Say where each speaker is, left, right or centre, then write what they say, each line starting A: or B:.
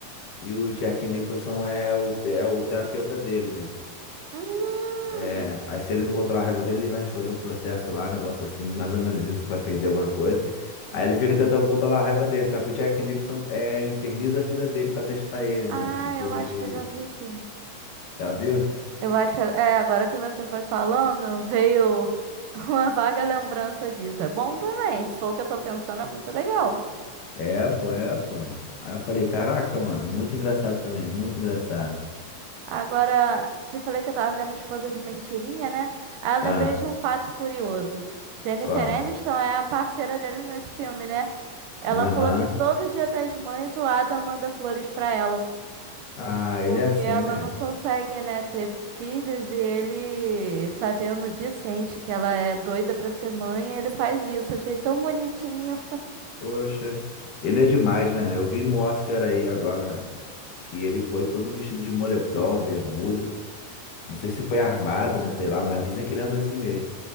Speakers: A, on the left (about 75°); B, on the right (about 80°).
A: e o Jack Nicholson é o, é o terapeuta dele, né?
B: Hum.
A: É, aí se ele não controlar a raiva dele, ele vai responder um processo lá, um negócio assim, mais ou menos isso, vai perder alguma coisa. Aí ele fica tentando controlar a raiva dele, só que o Jack Nicholson é, inferniza a vida dele pra testar ele,
B: Ah,
A: né? Em termos
B: eu acho
A: de.
B: que eu já vi sim.
A: Já viu?
B: Eu acho que é agora que você foi falando, veio <laughs> uma vaga lembrança disso. É bom também, se for o que eu tô pensando, é muito legal.
A: É, pô, é, pô. Aí eu falei, caraca, mano, muito engraçado também, muito engraçado.
B: Agora, te falei que eu tava vendo Esposa de Mentirinha, né? Aí eu
A: Ah,
B: lembrei de um fato curioso. Jennifer
A: qual?
B: Aniston é a parceira dele nesse filme, né? Ela
A: Aham.
B: falou que todo dia das mães o Adam manda flores pra ela,
A: Ah, ele
B: porque
A: é assim,
B: ela
A: né?
B: não consegue, né, ter filhos e ele, sabendo disso, sente que ela é doida pra ser mãe, e ele faz isso. Achei tão bonitinho.
A: Poxa, ele é demais, né? Eu vi no Oscar aí agora que ele foi todo vestido de moletom, bermuda. Não sei se foi armado, né? Sei lá, mas dizem que ele anda assim mesmo.